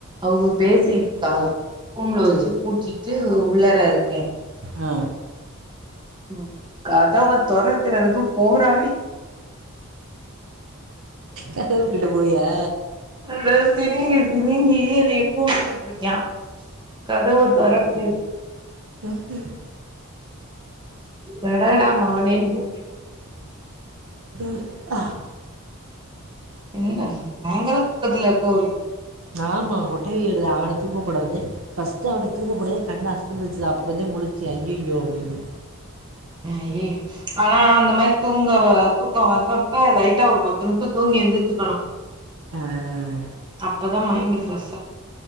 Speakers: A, on the right (about 20°); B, on the right (about 70°).
A: அவுங்க பேசிட் ஆ ரூம்ல
B: சேரி
A: வச்சு பூட்டிட்டு உள்ளரா இருக்கே
B: ஆ
A: ம் கதவ தொறக்கறதுக்கு போராடி
B: கதவு கிட்ட போயா
A: அந்த சினிங்கி சினிங்கி எனைய கூப்டுட்ர் இருக்யா கதவு தொறக்கூ
B: ம்ஹும்
A: கடடா மவனேன் பூட்டிட்
B: ம் ஆ
A: என்ன பயங்கர தூக்கத்துல இருப் போலீ
B: ஆமா கொட்டாவி வருது அவனை தூங்கப் போடவந்து ஃபர்ஸ்ட் அவனைத் தூங்கப் போடவே கண்ணு அசந்துச்சு, அப்புறதா முழிச்சே அய்யய்யோ அப்படின்னு
A: <unintelligible> ஆனா அந்த மாரி தூங்க தூக்கம் வர்ரப்ப லைட்டா ஒரு பத்து நிமிஷ தூங்கி எழுந்திரிச்சுக்கணு
B: ஆஹ்
A: அப் இப்பதான் மைண்ட் ஃப்ரெஷ்ஷா